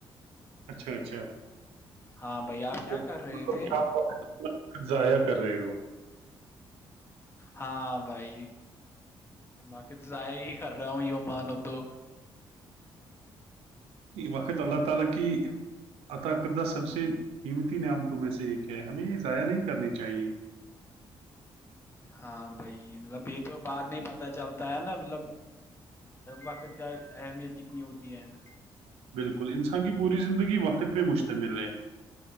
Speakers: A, on the right; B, on the left.
A: اچھا اچھا
B: ہاں بھائی آپ
A: تو
B: کیا کر رہے
A: مطلب
B: تھے
A: کیا آپ ضائع کر رہے ہو <inaudible>
B: ہاں بھائی باقی تو ضائع ہی کر رہا ہوں یوں مانو تو
A: وقت اللہ تعالی کی عتاقدہ سب سے قیمتی نعام تو میں سے ایک ہے ہمیں یہ ضائع نہیں کرنی چاہیے
B: ہاں بھائی مطلب یہ تو بعد نہیں پتا چلتا ہے نا مطلب وقت کا اہمیت کتنی ہوتی ہے <inaudible>
A: بالکل انسان کی پوری زندگی وقت پہ مشتمل ہے